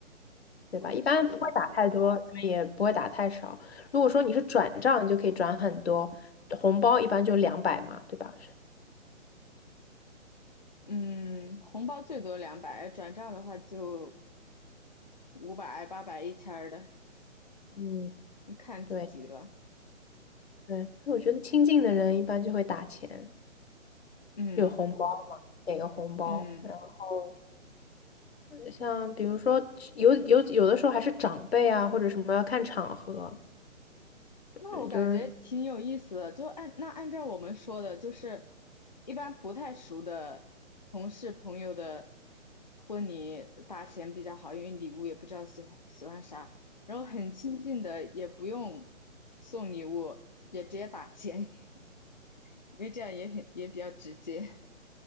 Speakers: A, on the left; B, on the left.
A: 对吧？
B: 我也是差不多。
A: 一般不会打太多，也不会打太少。如果说你是转账，你就可以转很多，红包一般就两百嘛，对吧？
B: 嗯，红包最多两百，转账的话就五百、八百、一千的，
A: 嗯，
B: 看自己了。
A: 对对，所以我觉得亲近的人一般就会打钱，
B: 嗯
A: 有红包嘛，给个红包，
B: 嗯，
A: 然后。像比如说有有有的时候还是长辈啊，或者什么要看场合，
B: 那我感觉挺有意思的。
A: 嗯，就是。
B: 就按那按照我们说的，就是一般不太熟的同事朋友的婚礼打钱比较好，因为礼物也不知道喜欢喜欢啥，然后很亲近的也不用送礼物，也直接打钱，<laughs> 因为这样也很也比较直接。